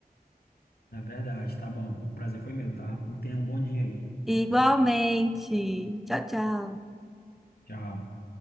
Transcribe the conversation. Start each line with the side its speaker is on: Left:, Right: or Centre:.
Left: É verdade, tá bom. O prazer foi meu, tá? Tenha um bom dia aí.
Centre: Igualmente. Tchau, tchau.
Left: Tchau.